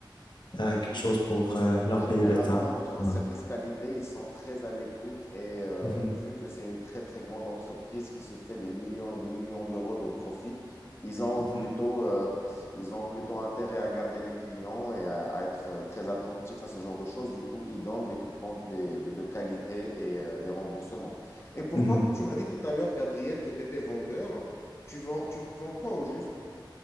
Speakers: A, on the left; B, on the left.
A: euh, quelque
B: Ou-
A: chose pour euh, leur
B: Généralement,
A: payer le temps.
B: notre
A: Ouais.
B: service qualité, ils sont très à l'écoute et euh,
A: Mhm.
B: vu que c'est une très très grande entreprise qui se fait des millions et des millions d'euros de profit, ils ont
A: Mhm.
B: plutôt, euh, ils ont plutôt intérêt à garder les clients et à, à être euh, très attentifs à ce genre de choses. Du coup, ils donnent des coupons des- de, de qualité et euh, des remboursements. Et pour
A: Mhm.
B: toi, tu m'as dit tout à l'heure, Gabriel, que tu étais vendeur. Tu vends, tu vends quoi au juste?